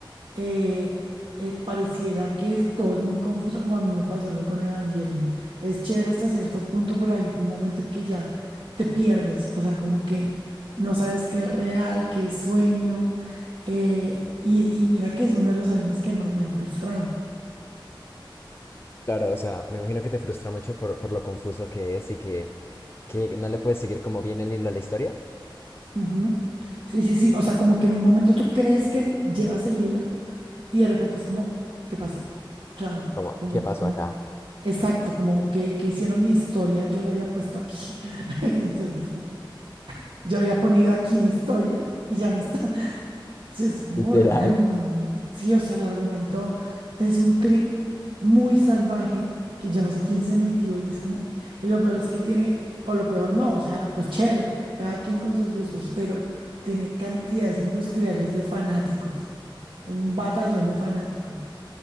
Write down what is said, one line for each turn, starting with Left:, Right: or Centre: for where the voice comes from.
Right: eh, eh, pareciera que es- todo es muy confuso, o a mí me pasó eso con Evangelion. Es chévere hasta cierto punto, pero hay un momento en que ya te pierdes, o sea, como que no sabes qué es real, qué es sueño, eh, y, y mira que es uno de los animes que más me ha frustrado.
Left: Claro, o sea, me imagino que te frustra mucho por, por lo confuso que es y que, que no le puedes seguir como bien el hilo a la historia.
Right: Ujú. Sí, sí, sí. O sea, como que en un momento tú crees que llevas el hilo y de repente es como, ¿qué pasó? O sea,
Left: Como,
Right: como,
Left: ¿qué pasó
Right: como,
Left: acá? <laughs>
Right: exacto, como que, que hicieron mi historia, yo la había puesto aquí. <laughs> Entonces es como, yo había ponido aquí mi historia y ya no está. Sí, es como
Left: Literal.
Right: random. Sí, o sea, el argumento es un trip muy salvaje que yo no sé quién se metió y es como, y lo peor es que tiene, o lo peor no, o sea, pues chévere, cada quien con sus gustos, pero tiene cantidades industriales de fanáticos, un batallón de fanáticos.